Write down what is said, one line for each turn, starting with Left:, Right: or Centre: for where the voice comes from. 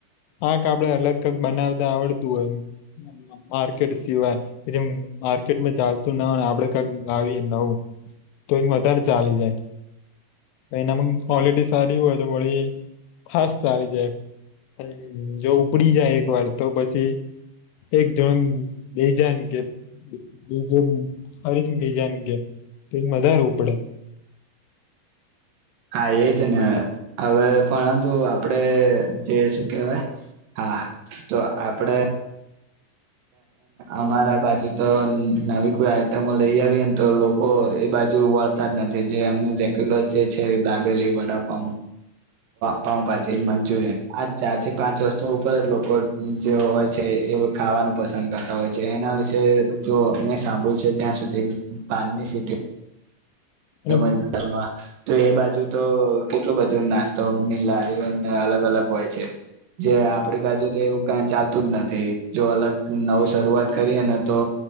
Left: પાક આપડે અલગથીજ બનાવતા આવડતું હોય, માર્કેટ સિવાય જે માર્કેટમાં ચાલતું ના હોય આપડે કક લાવીએ નવું તો એ વધારે ચાલી જાય. એનામાં ક્વોલિટી સારી હોય તો પડી ફાસ્ટ ચાલી જાય જો ઉપડી જાય એક વાર તો પછી એક જન બે જને કે બીજું ફરી બીજાન કે એ વધારે ઉપડે.
Right: હા એજ ને હવે પરંતુ આપડે જે શું કેહેવાય હા તો આપડે. અમારા બાજુ તો નવી કોઈ આઈટમો લઈ આવીએને તો લોકો એ બાજુ વળતા જ નથી, જે એમનું રેગ્યુલર જે છે દાબેલી વડાપઉ પાઉ પાછી મંચુરિયન આ ચાર થી પાંચ વસ્તુ ઉપર લોકો જે હોય છે, એ ખાવાનું પસંદ કરતા હોય છે એના વિશે જો આપણે સાંભળ્યું છે ત્યાં સુધી પાનની સીટ
Left: અને
Right: તો એ બાજુ તો કેટલું બધું નાસ્તોની લારીઓને અલગ અલગ હોય છે, જે આપ પડી બાજુ જેવું કઈ ચાલ તું જ નથી જો અલગ નવું શરૂઆત કરીએ ને તો